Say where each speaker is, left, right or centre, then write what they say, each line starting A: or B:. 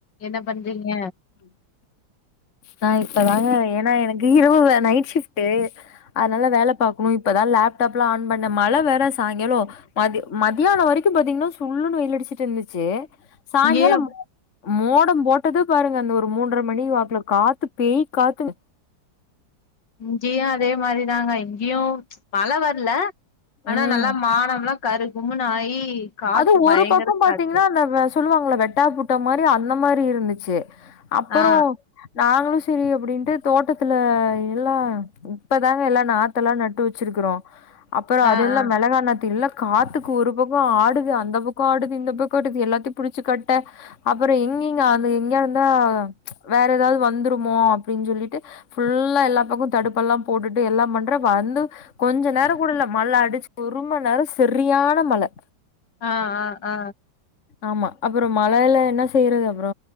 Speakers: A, on the left (about 60°); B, on the left (about 40°).
A: என்ன பண்றீங்க
B: நா இப்பதாங்க ஏன்னா எனக்கு இரவுவேல நைட் ஷிப்ட்டு அதனால வேல பாக்கணும் இப்பதா லேப்டாப்லாம் ஆன் பண்ணேன் மழ வேற சாயங்காலம் மதிய மதியானம் வரைக்கும் பாத்தீங்கன்னா சுள்ளுன்னு வெயில் அடிச்சிட்டு இருந்துச்சு சாய்ங்காலம்
A: இங்கேயு அப்
B: மோடம் போட்டது பாருங்க அந்த ஒரு மூன்றரை மணி வாக்குல காத்து பேய் காத்து
A: இங்கேயு அதே மாரிதாங்க இங்கயு மழ வரல ஆனா
B: ம்
A: நல்லா வானம்ல்லாம் கரு கும்முனு ஆயி காத்து
B: அது
A: பயங்கர
B: ஒரு பக்கம் பாத்தீங்கன்னா
A: காத்து
B: அந்த சொல்லுவாங்கல்ல வெட்டா புட்ட மாரி அந்த மாரி இருந்துச்சு அப்பறம்
A: ஆ
B: நாங்களும் சரி அப்டின்ட்டு தோட்டத்துல எல்லாம் இப்பதாங்க எல்லா நாத்தெல்லாம் நட்டு வச்சிருக்குறோம் அப்பறம்
A: ஆ
B: அதெல்லா
A: ஆ
B: மெளகானாத்தில்லாம் காத்துக்கு ஒரு பக்கம் ப ஆடுது அந்த பக்கோ ஆடுது இந்த பக்கோ ஆடுது எல்லாத்தயு புடிச்சு கட்ட அப்பற எங்கிங்க அந்த எங்கயாது இந்தா வேற ஏதாது வந்துருமோ அப்டின்னு சொல்லிட்டு ஃபுல்லா எல்லா பக்கோ தடுப்பல்லா போட்டுட்டு எல்லா பண்ற வந்து கொஞ்ச நேரோ கூட இல்ல மழ அடிச்சு ஒரு மண் நேரோ செரியான மழ
A: ஆ ஆ ஆ
B: ஆமா அப்பற மழல என்ன செய்யறது அப்பற